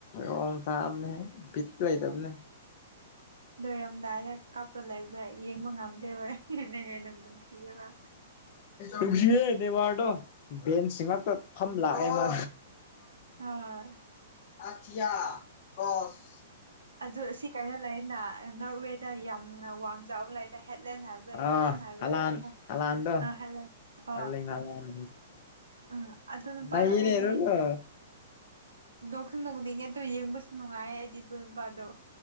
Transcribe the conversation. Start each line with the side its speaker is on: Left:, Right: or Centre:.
Left: ꯂꯣꯡ ꯇꯥꯛꯑꯕꯅꯦ ꯚꯤꯠ ꯂꯩꯗꯕꯅꯦ
Right: ꯂꯣꯏꯔꯝꯗꯥꯏꯗ ꯀꯥꯞꯄ ꯂꯩꯕꯗꯣ ꯌꯦꯡꯕ ꯉꯝꯗꯦꯕ ꯍꯦꯟꯅ ꯍꯦꯟꯅ ꯅꯨꯡꯁꯤꯌꯦꯕ
Left: ꯂꯨꯁꯤꯑꯦ ꯗꯦꯋꯥꯔꯗꯣ ꯕꯦꯟꯁꯤ ꯉꯥꯛꯇ ꯐꯝ ꯂꯥꯛꯑꯦ ꯃꯥ
Right: ꯑ
Left: ꯑꯊꯌꯥ ꯇꯁ
Right: ꯑꯗꯨ ꯁꯤ ꯀꯥꯏꯩꯅꯣ ꯂꯩꯅ ꯅꯣꯔꯠꯋꯦꯗ ꯌꯥꯝꯅ ꯋꯥꯡꯖꯥꯕ ꯂꯩꯅ ꯍ ꯍꯦꯠꯂ ꯍꯥꯏꯕ꯭ꯔꯣꯏ
Left: ꯑꯥ
Right: ꯍꯦꯂꯦꯟ ꯍꯥꯏꯣꯏ
Left: ꯍꯂꯥꯟ
Right: ꯑ
Left: ꯍꯂꯥꯟꯗꯣ
Right: ꯑ ꯍꯦꯂꯦꯟ ꯑ
Left: ꯑꯔꯂꯤꯡ ꯍꯂꯥꯟ
Right: ꯎꯝ ꯑꯗꯨ ꯅꯨꯄꯥ
Left: ꯅꯩꯌꯦꯅꯦ
Right: ꯑꯩꯗꯤ
Left: ꯑꯗꯨꯒ
Right: ꯅꯣꯛꯁꯨ ꯅꯣꯛꯅꯤꯡꯉꯦ ꯑꯗꯨꯗꯣ ꯌꯦꯡꯕꯁꯨ ꯅꯨꯡꯉꯥꯏ ꯑꯩꯗꯤ ꯏꯜ ꯅꯨꯄꯥꯗꯣ